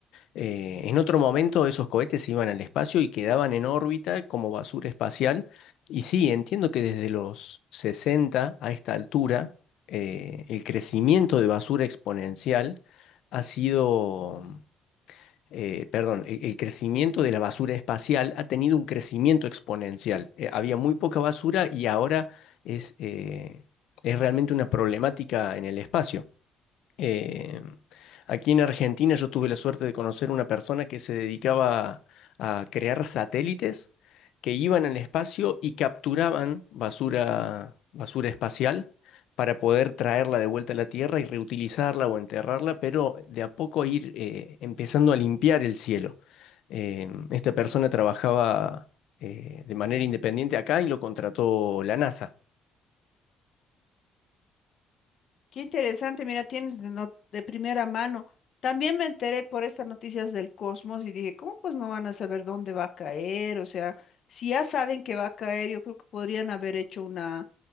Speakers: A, on the left; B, on the left.
A: Eh, en otro momento esos cohetes iban al espacio y quedaban en órbita como basura espacial. Y sí, entiendo que desde los 60 a esta altura, eh, el crecimiento de basura exponencial ha sido, eh, perdón, el, el crecimiento de la basura espacial ha tenido un crecimiento exponencial. Eh, había muy poca basura y ahora es, eh, es realmente una problemática en el espacio. Eh, aquí en Argentina yo tuve la suerte de conocer una persona que se dedicaba a crear satélites que iban al espacio y capturaban basura, basura espacial para poder traerla de vuelta a la Tierra y reutilizarla o enterrarla, pero de a poco ir eh, empezando a limpiar el cielo. Eh, esta persona trabajaba eh, de manera independiente acá y lo contrató la NASA.
B: Qué interesante, mira, tienes de, not- de primera mano. También me enteré por estas noticias del Cosmos y dije, ¿cómo pues no van a saber dónde va a caer? O sea, si ya saben que va a caer, yo creo que podrían haber hecho una,